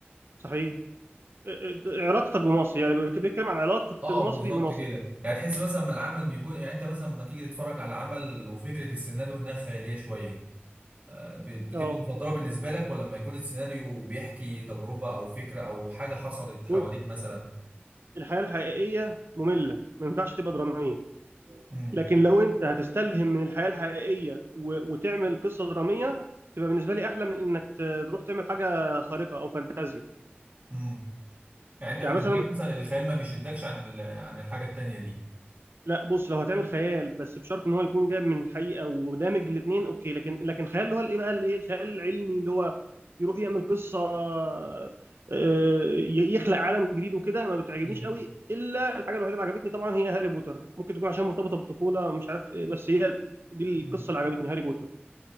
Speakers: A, on the right; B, on the right.
A: صحيح آه، آه، علاقتك بمصر يعني بيتكلم عن علاقه
B: اه
A: المصري
B: بالظبط
A: بمصر
B: كده يعني تحس مثلا ما العمل بيكون يعني انت مثلا لما تيجي تتفرج على عمل وفكره السيناريو انها خياليه شويه آه، ب- بتبقى
A: اه
B: مفضله بالنسبه لك ولا لما يكون السيناريو بيحكي تجربه او فكره او حاجه حصلت حواليك
A: بص
B: مثلا
A: الحياة الحقيقية مملة ما ينفعش تبقى درامية
B: امم
A: لكن لو انت هتستلهم من الحياة الحقيقية و... وتعمل قصة درامية تبقى بالنسبة لي أحلى من إنك ت- تروح تعمل حاجة خارقة أو فانتازيا
B: امم يعني انت
A: يعني
B: بالنسبه
A: مثلا
B: لك مثلا الخيال ما بيشدكش عن ال- عن الحاجه التانيه دي
A: لا بص لو هتعمل خيال بس بشرط ان هو يكون جايب من الحقيقه ودامج الاثنين اوكي لكن لكن خيال اللي هو الايه بقى الايه الخيال العلمي اللي هو يروح يعمل قصه آه، ي- يخلق عالم جديد وكده ما بتعجبنيش
B: امم
A: قوي الا الحاجه الوحيده اللي عجبتني طبعا هي هاري بوتر ممكن تكون عشان مرتبطه بالطفوله ومش عارف ايه بس هي دي
B: امم
A: القصه اللي عجبتني هاري بوتر